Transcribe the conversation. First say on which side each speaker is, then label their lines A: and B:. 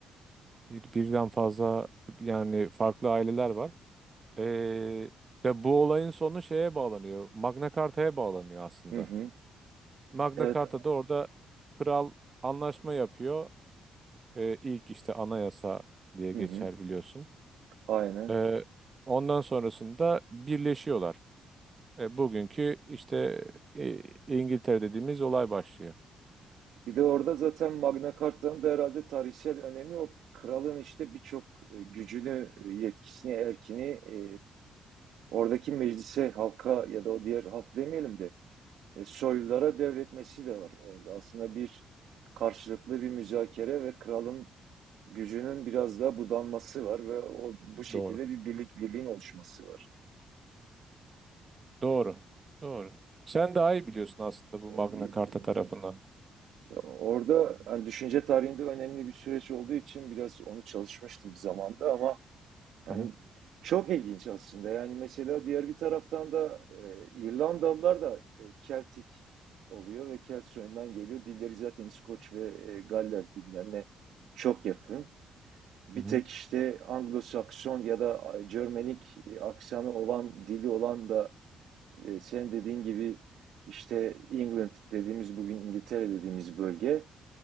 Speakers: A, on the right; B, on the right.
A: bir, birden fazla yani farklı aileler var. Ee, ve bu olayın sonu şeye bağlanıyor. Magna Carta'ya bağlanıyor aslında.
B: Hı hı.
A: Magna
B: Evet.
A: Carta'da orada kral anlaşma yapıyor. Ee, ilk işte anayasa diye geçer
B: Hı hı.
A: biliyorsun.
B: Aynen.
A: Ee, ondan sonrasında birleşiyorlar. Ee, bugünkü işte e, İngiltere dediğimiz olay başlıyor.
B: Bir de orada zaten Magna Carta'nın da herhalde tarihsel önemi o kralın işte birçok e, gücünü, e, yetkisini, erkini e, oradaki meclise, halka ya da o diğer halk demeyelim de e, soylulara devretmesi de var orada. Aslında bir karşılıklı bir müzakere ve kralın gücünün biraz daha budanması var ve o bu şekilde
A: Doğru.
B: bir birlik birliğin oluşması var.
A: Doğru. Doğru. Sen daha iyi biliyorsun aslında bu Magna
B: E, e,
A: Carta tarafını.
B: Orada hani düşünce tarihinde önemli bir süreç olduğu için biraz onu çalışmıştım zamanda ama yani
A: Hı hı.
B: çok ilginç aslında. Yani mesela diğer bir taraftan da e, İrlandalılar da e, Keltik oluyor ve Kelt soyundan geliyor. Dilleri zaten İskoç ve e, Galler dillerine çok yakın. Bir
A: Hı hı.
B: tek işte Anglo-Sakson ya da Cermenik aksanı olan, dili olan da e, senin dediğin gibi işte England dediğimiz bugün İngiltere dediğimiz bölge